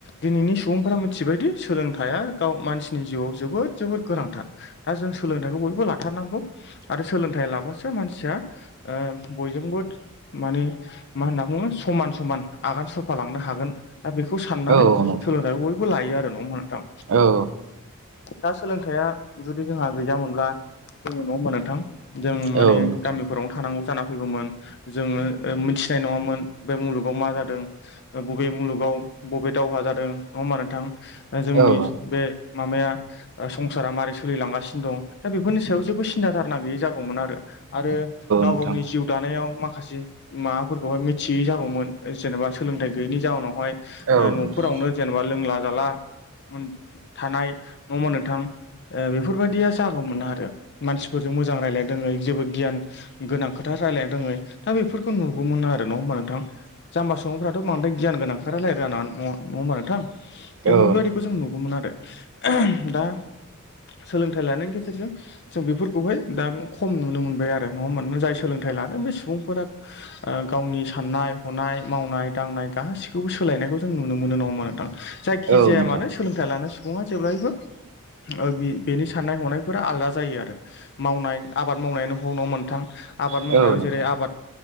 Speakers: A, on the left; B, on the right.
A: दिनैनि सुबुंफोरा मिथिबायदि सोलोंथायया गाव मानसिनि जिउआव जोबोद जोबोद गोनांथार दा जों सोलोंथाइखौ बयबो ला थारनांगौ आरो सोलोंथाइ लाबासो मानसिया बयजोंबो। माने मा होनना बुङो समान समान आगान सुरफालांनो हागोन। दा बेखौ साननानै
B: नोंथां औ नोंथां
A: सोलोंथायखौ बयबो लायो आरो न'ङा होमबा नोंथां।
B: औ
A: दा सोलोंथाइया जुदि जोंहा गैयामोनब्ला जोङो नङा होनबा नोंथां। जों
B: नोंथां
A: माने
B: औ नोंथां
A: गामिफोरावनो थानांगौ जाना फैगौमोन जोङो ओ मिनथिनाय नङामोन बे मुलुगाव मा जादों ओ बबे मुलुगाव बबे दावहा जादों नङा होमबा नोंथां। ओ जोंनि
B: औ नोंथां औ
A: बे माबाया ओ संसारा मारै सोलिलांगासिनो दं दा बेफोरनि सायाव जेबो सिन्था दारना गैयि जागौमोन आरो गाव
B: नोंथां
A: गावनि
B: औ नोंथां
A: जिउ दानायाव माखासे माबाफोरखौहाय मिथियै जागौमोन जेनेबा सोलोंथाइ गैयैनि जाउनावहाय।
B: औ नोंथां औ
A: ओ न'फोरावनो
B: नोंथां
A: जेनेबा लोंला जाला। उनद थानाय नङा ओमबा नोंथां बेफोरबायदिया जागौ मोन आरो मानसिफोरजों मोजां रायज्लायनो रोङै जेबो गियान। गोनां खोथा रायजलायनो रोङै दा बेफोरखौ नुगौमोन आरो नङा ओमबा नोंथां जाम्बा सुबुंफ्राथ' बांद्राय गियान गोनां खोथा रालायनो रोङा नाङ नङा होमबा नोंथां दा
B: औ नोंथां औ
A: बेफोरबायदिखौ जों नुगौमोन आरो दा सोलोंथाइ लानायनि गेजेरजों जों बेफोरखौहाय दानि खम नुनो मोनबाय आरो नङा मानोना जाय सोलोंथाइ लादों बे सुबुंफोरा। ओ गावनि साननाय हनाय मावनाय दांनाय गासिखौबो सोलायनायखौ जों नुनो मोनो नङा होनबा नोंथां जाय। खि
B: नोंथां औ नोंथां औ
A: जाया
B: नोंथां
A: मानो सोलोंथाइ लानाय सुबुङा जेब्लायबो। ओ बि बेनि साननाय हनायफोरा आलदा जायो आरो। मावनाय आबाद मावनायनायनि ह न' मोनथां आबाद
B: औ
A: मावनायाव
B: नोंथां
A: जेरै आबाद।